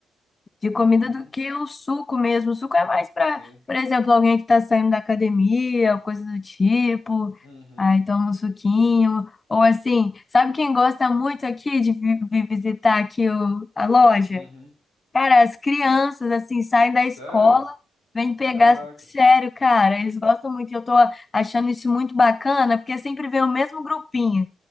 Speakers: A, on the left; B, on the left.
A: de
B: Uhum,
A: comida do que o suco mesmo. O suco é mais para,
B: sim.
A: por exemplo, alguém que está saindo da academia, ou coisa do tipo.
B: Uhum,
A: Aí toma um suquinho. Ou assim, sabe quem gosta muito aqui de vi- vir visitar aqui o, a loja?
B: uhum.
A: Cara, as crianças, assim, saem da
B: Sério?
A: escola, vêm pegar.
B: Caraca.
A: Sério, cara, eles gostam muito. E eu tô achando isso muito bacana, porque sempre vem o mesmo grupinho.